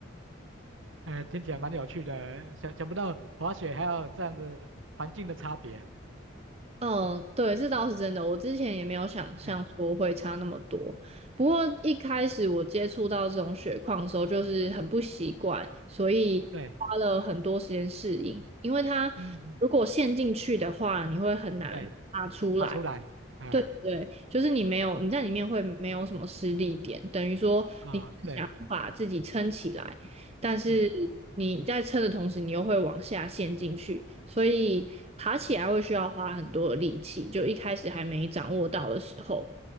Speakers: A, on the right (about 75°); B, on the right (about 30°).
A: 哎，听起来蛮有趣的，想想不到滑雪还有这样子环境的差别，
B: 嗯，对，这倒是真的。我之前也没有想象说会差那么多。
A: 哎，
B: 不过一开始我接触到这种雪况的时候，就是很不习惯，所以花了很多时间适应。
A: 对，
B: 因为它如果陷进去的话，
A: 嗯嗯，
B: 你会很难爬出来。
A: 对，爬出来，哎，
B: 对对，就是你没有你在里面会没有什么失力点，等于说你想要把自己撑起来，
A: 啊，对，嗯
B: 但是你在撑的同时，
A: 嗯嗯，
B: 你又会往下陷进去，所以爬起来会需要花很多的力气，就一开始还没掌握到的时候，